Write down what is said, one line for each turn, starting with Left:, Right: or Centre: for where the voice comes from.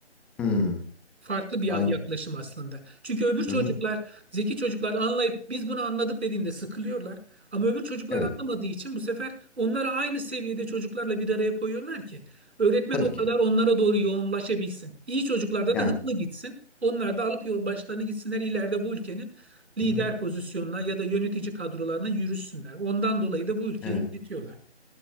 Centre: Hı,
Right: Farklı bir
Centre: anladım.
Right: yaklaşım aslında. Çünkü öbür çocuklar,
Centre: Hı hı.
Right: zeki çocuklar anlayıp biz bunu anladık dediğinde sıkılıyorlar. Ama öbür çocuklar
Centre: Evet.
Right: anlamadığı için bu sefer onları aynı seviyede çocuklarla bir araya koyuyorlar ki öğretmen
Centre: Tabii
Right: o kadar
Centre: ki.
Right: onlara doğru yoğunlaşabilsin. İyi çocuklarda
Centre: Yani.
Right: da hızlı gitsin. Onlar da alıp yol başlarını gitsinler ileride bu ülkenin lider
Centre: Hı hı.
Right: pozisyonuna ya da yönetici kadrolarına yürüsünler. Ondan dolayı da bu ülkeyi
Centre: Evet.
Right: yönetiyorlar.